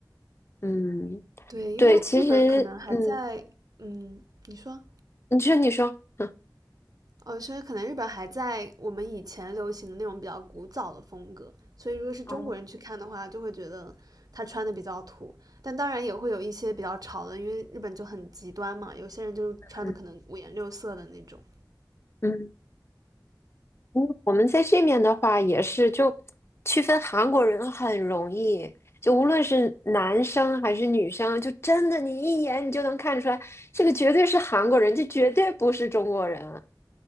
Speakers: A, on the left; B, on the right.
A: 嗯，
B: 对，因为日本可能还在，
A: 对，其实，嗯，
B: 嗯，你说，
A: 你说，你说，嗯
B: 哦，所以可能日本还在我们以前流行的那种比较古早的风格，所以如果是中国人去看的话，
A: 哦，
B: 就会觉得他穿的比较土，但当然也会有一些比较潮的，因为日本就很极端嘛，有些人就是穿的可能五颜六色的那种。
A: 嗯嗯，嗯我们在这面的话也是，就区分韩国人很容易，就无论是男生还是女生，就真的你一眼你就能看出来，这个绝对是韩国人，这绝对不是中国人。